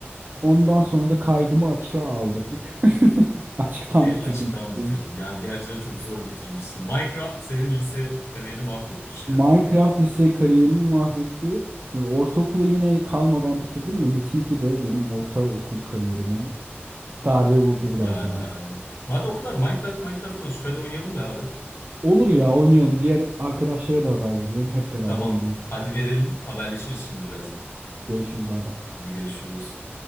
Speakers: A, on the right; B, on the left.
A: Ondan sonra da kaydımı açığa aldırdık. <laughs> Açıktan
B: ve
A: bitirdim
B: açıktan bitirdin.
A: liseyi.
B: Yani gerçekten çok zor bitirmişsin. Minecraft senin lise kariyerini mahvetmiş ya.
A: Minecraft lise kariyerimi mahvetti. Ve Ortaokulu yine kalmadan bitirdim de Metin 2 de benim ortaokul kariyerime darbe vurdu
B: Yani
A: biraz yani.
B: aynen. Madem o kadar Minecraft Minecraft konuştuk hadi oynayalım be abi.
A: Olur ya oynayalım. Diğer arkadaşlara da haber veriyorum. Hep beraber
B: Tamam.
A: oynayalım.
B: Hadi verelim. Haberleşiriz şimdi birazdan.
A: Görüşürüz bay bay.
B: Hadi görüşürüz.